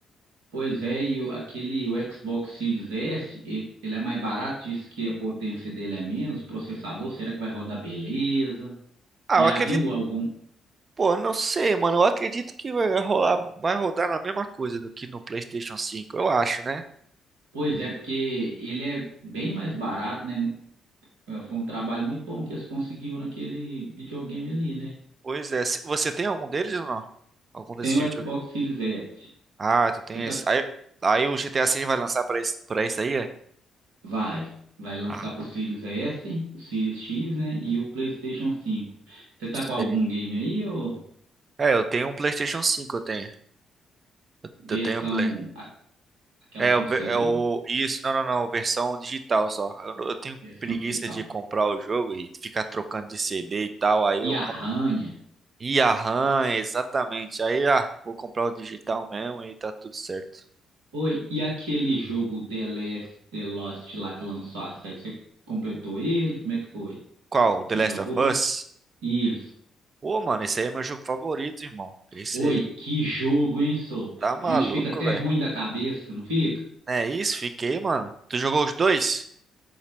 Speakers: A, on the right; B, on the right.
A: Pois é, e o- aquele o Xbox Series S, e- ele é mais barato, diz que a potência dele é menos, o processador, será que vai rodar beleza?
B: Ah,
A: Já
B: eu acredito,
A: viu algum?
B: pô, eu não sei, mano. Eu acredito que vai rolar, vai rodar na mesma coisa do que no PlayStation 5, eu acho, né?
A: Pois é, porque ele é bem mais barato, né? Não- é, Foi um trabalho muito bom que eles conseguiram naquele videogame ali, né?
B: Pois é, se- você tem algum deles ou não? Algum desses
A: Tem
B: de
A: o
B: videogame?
A: Xbox Series S.
B: Ah, tu tem
A: Você tá
B: esse. Aí, aí o GTA 6 vai lançar pra esse, pra esse aí? é?
A: Vai, vai lançar
B: Ah,
A: pro Sirius S, o Sirius X, né, e o PlayStation 5. Você tá
B: sei.
A: com algum game aí ou
B: É, eu tenho um PlayStation 5 eu tenho. Eu,
A: versão
B: eu tenho o Play.
A: a- aquela
B: É,
A: com
B: o, ver-
A: CD,
B: é o. Isso, não, não, não, versão digital só. Eu, não- eu tenho
A: versão
B: preguiça
A: digital?
B: de comprar o jogo e ficar trocando de CD e tal. Aí
A: E
B: eu
A: Arranha?
B: compro. E a RAM, exatamente. Aí, ah, vou comprar o digital mesmo e tá tudo certo.
A: Oi, e aquele jogo The Last, The Lost lá que lançou a série, você completou ele? Como é que foi?
B: Qual? O The
A: Você
B: Last
A: jogou?
B: of Us?
A: Isso.
B: Pô, mano, esse aí é meu jogo favorito, irmão. Esse
A: Oi, que jogo, hein, só.
B: Tá maluco,
A: A gente fica até
B: velho.
A: ruim da cabeça, não fica?
B: É isso, fiquei, mano. Tu jogou os dois?